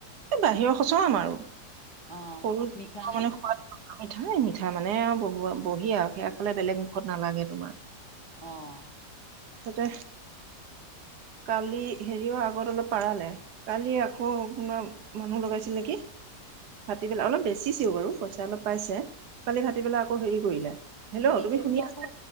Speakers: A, on the right (about 75°); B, on the left (about 20°).
A: বাহিৰৰ সচৰ আম আৰু।
B: অ'
A: সৰু
B: মিঠানে?
A: মানে সোৱাদ মিঠাই মিঠা মানে আও বহুৱ বহি আও সেয়া খে বেলেগ মুখত নালাগে তোমাৰ।
B: আহ।
A: তাতে কালি হেৰি অঁ <unintelligible> অলপ পাৰালে কালি আকৌ কোনাৰ মানুহ লগাইছিল নেকি? ভাটতি পেলাই অলপ বেছিছেও বাৰু পইচা অলপ পাইছে কালি ভাটি পেলাই আকৌ হেৰি কৰিলে হেল্ল'
B: খেতি
A: তুমি
B: কৰি
A: শুনি
B: পেলাই
A: আছা
B: আকৌ